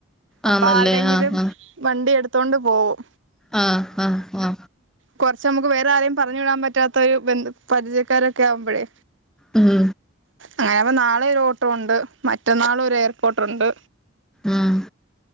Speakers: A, on the right; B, in the centre.
A: അപ്പൊ
B: ആന്നല്ലേ
A: ആര് ടെങ്കിലും
B: ആഹ്
A: വണ്ടി എടു ത്തോണ്ടുപോവും
B: ആഹ് ആ ആ
A: കുറച്ചമ്മ ക്ക് വേറെ ആരെയും പറഞ്ഞുവിടാൻ പറ്റാത്ത ഒരു ബന്ധു പരിചയക്കാരൊക്കെ ആഉമ്പഴേ
B: ഉം
A: അങ്ങനപ്പ നാളെ ഒരു ഓട്ടോ ഉണ്ട് മറ്റന്നാളും ഒരു എയർപോർട്ടുണ്ട്
B: ഉം